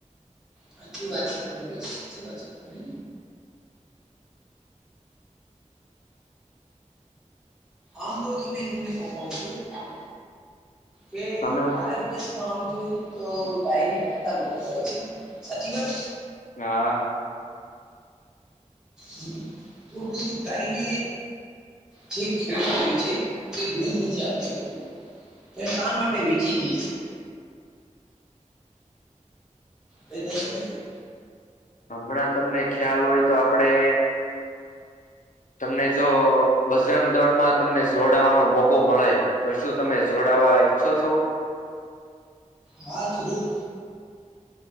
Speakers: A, in the centre; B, on the left.
A: સાચી વાત છે તમારે સાચી વાત છે તમારે આમ તો તમને <unintelligible> છું કે
B: તમે
A: ભારત દેશ આમ જો ને તો ગાયને માતા <inaudible> હોય છે સાચી વાત
B: હા
A: હમ તો પછી ગાયને જે ખેડૂત હોય છે તે દૂધ નથી આપી શકતું તો શા માટે વેચી દેય છે એ ત શું <unintelligible>
B: હમણાં તમને ખ્યાલ હોય તો આપડે તમને જો બજરંગ દળમાં તમને જોડાવાનો મોકો મળે તો શું તમે જોડવા ઈચ્છો છો
A: હા જરૂર